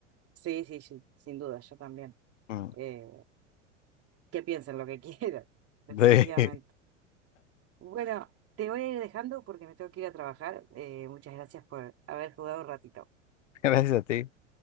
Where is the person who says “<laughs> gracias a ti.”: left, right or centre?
Left